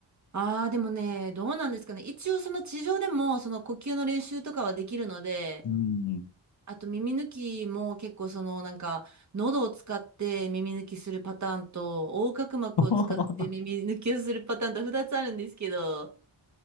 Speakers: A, on the right; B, on the left.
A: ああ、でもね、どうなんですかね。一応、その地上でも、その呼吸の練習とかはできるので、
B: うん
A: あと耳抜きも結構そのなんか喉を使って耳抜きするパターンと横隔膜を使って耳抜きをするパターンと2つあるんですけど
B: <laughs>